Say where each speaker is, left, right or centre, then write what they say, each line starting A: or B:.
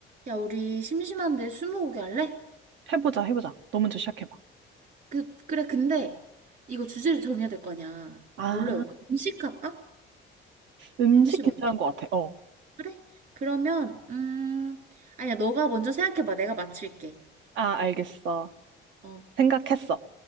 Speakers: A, on the right; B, on the right.
A: 야, 우리 심심한데 스무고개 할래?
B: 해보자, 해보자. 너 먼저 시작해봐.
A: 그, 그래, 근데 이거 주제를 정해야 될 거 아니야.
B: 아,
A: 뭘로 해볼까? 음식 할까?
B: 음식
A: 음식
B: 괜찮은
A: 어때?
B: 것 같아. 어.
A: 그래? 그러면, 음, 아니야, 너가 먼저 생각해봐. 내가 맞출게.
B: 아, 알겠어.
A: 어,
B: 생각했어.